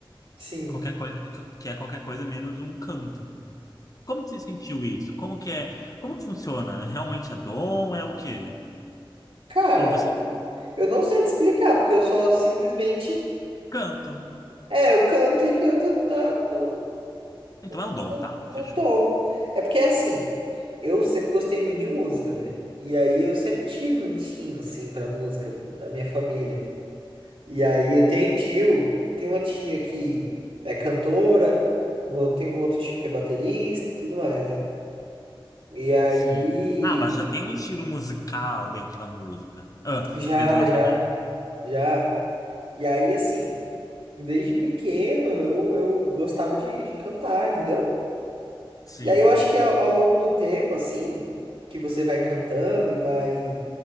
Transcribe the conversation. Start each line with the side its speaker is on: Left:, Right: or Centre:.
Right: sim.
Left: qualquer coisa, que é qualquer coisa menos um canto. Como que você sentiu isso? Como que é, como que funciona? Realmente é dom? É o quê?
Right: Cara,
Left: Ou você
Right: eu não sei te explicar, porque eu só simplesmente.
Left: canto?
Right: É, eu canto e canto na, no-
Left: Então
Right: no,
Left: é um dom,
Right: no
Left: tá,
Right: no
Left: fechou.
Right: tom. É porque assim, eu sempre gostei muito de música, né? E aí eu sempre tive um tino assim pra música da minha família. E aí eu tenho um tio, tem uma tia que é cantora, eu tenho um outro tio que é baterista e tudo mais, né? E aí
Left: Sim. Ah, mas já tem um estilo musical dentro da música. Ah,
Right: já,
Left: dentro da
Right: já,
Left: família.
Right: já. E aí assim, desde pequeno eu, eu gostava de, de cantar, entendeu?
Left: Sim.
Right: E aí eu acho que ao, ao longo do tempo, assim, que você vai cantando e vai